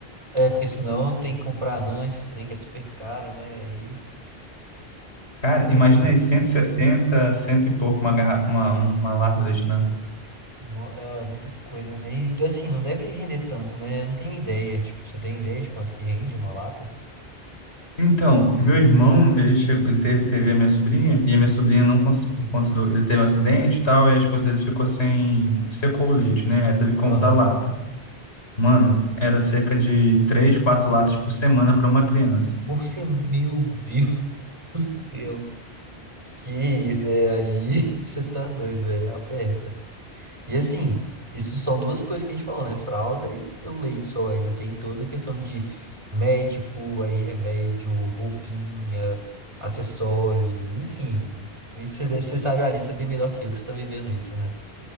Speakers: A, on the right (about 30°); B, on the left (about 90°).
A: É, porque senão tem que comprar anã, esses trem que é super caro, né? Aí
B: Cara,
A: vai
B: imagina
A: ficando.
B: aí, 160, cento e pouco uma, garra- uma, uma lata de leite na,
A: no- É é muita coisa, né? E assim, não deve render tanto, né? Eu não tenho ideia. Tipo, você tem ideia de quanto que rende uma lata?
B: Então, meu irmão, ele chegou, ele teve, teve a minha sobrinha, e a minha sobrinha não conseguiu, por conta do, ele teve um acidente e tal, e a esposa dele ficou sem, secou o leite, né? Aí teve que comprar
A: Aham.
B: lata. Mano, era cerca de três, quatro latas por semana para uma criança.
A: Por ser. Meu Deus <laughs> do céu. Que isso, é aí? <laughs> Você tá doido, é. Aperta. E assim, isso são duas coisas que a gente falou, né? Fralda e o leite só. Ainda tem toda a questão de médico, aí remédio, roupinha, acessórios, enfim. Isso você sabe a lista bem melhor que eu, que você tá vivendo isso, né?